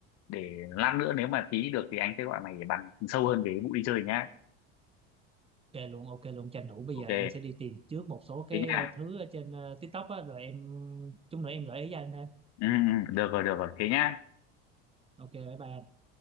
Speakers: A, on the left; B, on the right.
A: để lát nữa nếu mà tí được thì anh sẽ gọi mày để bàn sâu hơn về cái vụ đi chơi nhá
B: Ok luôn, ok luôn tranh thủ bây
A: ok
B: giờ em sẽ đi tìm trước một số cái
A: thế nhá
B: ờ, thứ ở trên ờ, TikTok á rồi em chút nữa em gợi ý cho anh ha.
A: ừ, ừ, được rồi được rồi thế nhá
B: ok bye bye